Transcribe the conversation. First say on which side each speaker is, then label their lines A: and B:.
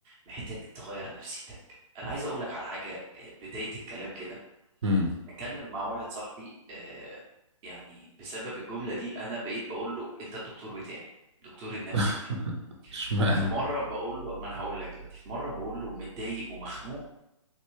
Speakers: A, on the right; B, on the right.
A: محتاج تغير نفسيتك انا عايز اقول لك على حاجة آه، بداية الكلام كده
B: امم
A: اتكلم مع واحد صاحبي آه، يعني بسبب الجملة دي انا بقيت بقول له انت الدكتور بتاعي الدكتور النفسي
B: <laughs>
A: بتاعي
B: اشمعنى
A: في مرة بقول له ما انا هقول لك دلوقتي في مرة بقول له متضايق ومخنوق